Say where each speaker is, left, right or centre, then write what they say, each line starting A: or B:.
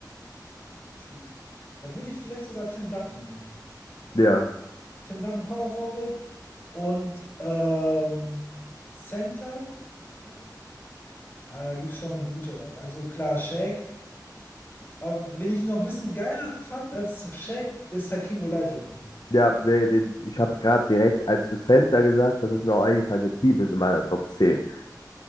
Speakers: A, on the left; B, on the left.
A: schwierig. Da würde ich vielleicht sogar Tim Duncan nehmen.
B: Ja.
A: Tim Duncan Power Forward und ähm, Center. Oh. Ja, da gibt es schon gute. Also klar, Shaq. Aber wen ich noch ein bisschen geiler fand als Shaq, ist Hakim Olajuwon.
B: Ja, nee, den, ich habe gerade direkt, als du Center gesagt hast, ist mir auch eingefallen, der Keem ist in meiner Top zehn.